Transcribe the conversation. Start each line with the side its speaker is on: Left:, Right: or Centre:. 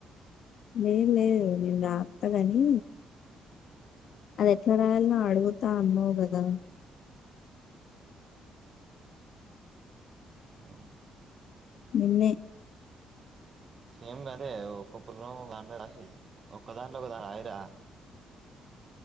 Left: లే లేదు నేను రాస్తా ని అది ఎట్లా రాయాన్లో అడుగుతా అన్నావు కదా
Right: ఆ
Left: నిన్నే
Right: ఏం కాదే ఒక్కో <unintelligible> రాసేయ్ ఒక్క దాంతోది ఒక రాయద్దు దా